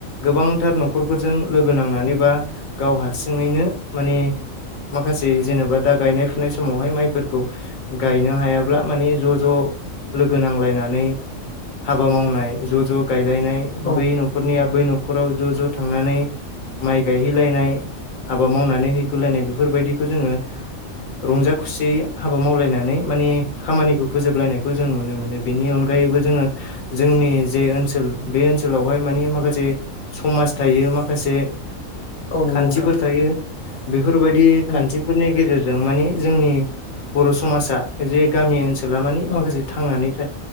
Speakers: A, on the left; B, on the left.
A: गोबांथार न'खरफोरजों लोगो नांनानै बा गाव हारसिङैनो माने माखासे जेनेबा दा गायनाय फुनाय समावहाय माइफोरखौ गायनो हायाब्ला माने ज' ज' लोगो नांलायनानै हाबा मावनाय ज' ज' गायलायनाय
B: औ
A: बै न'ख न'खरनिया बै न'खराव ज' ज' थांनानै माइ गायहैलायनाय हाबा मावनानै हैगुलायनाय बेफोरबायदिखौ जोङो रंजा खुसि हाबा मावलायनाय नै माने खामानिखौ फोजोबलायनायखौ जों नुनो मोनो बेनि अनगायैबो जोङो जोंनि जे ओनसोल बे ओनसोलावहाय माने माखासे समाज थायो माखासे
B: नंगौ
A: खान्थिफोर
B: नोंथां
A: थायो बेफोरबायदि खान्थि
B: औ
A: फोरनि गेजेरजों माने जोंनि बर' समाजा जे गामि ओनसोला माने
B: औ
A: माखासे
B: नंगौ नोंथां उम
A: थांनानै थाइ